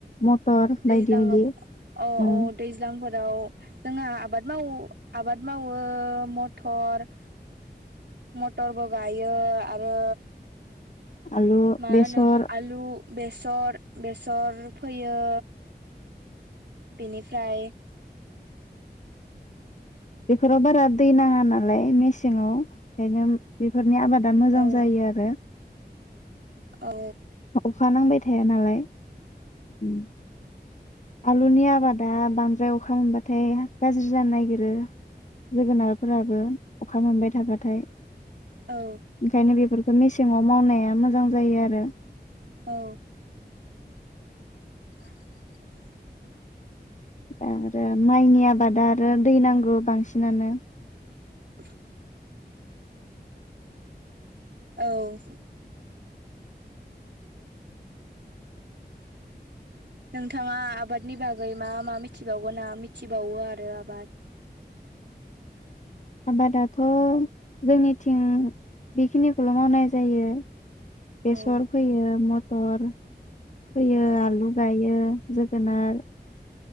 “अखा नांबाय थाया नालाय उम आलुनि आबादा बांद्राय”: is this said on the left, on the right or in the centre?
Left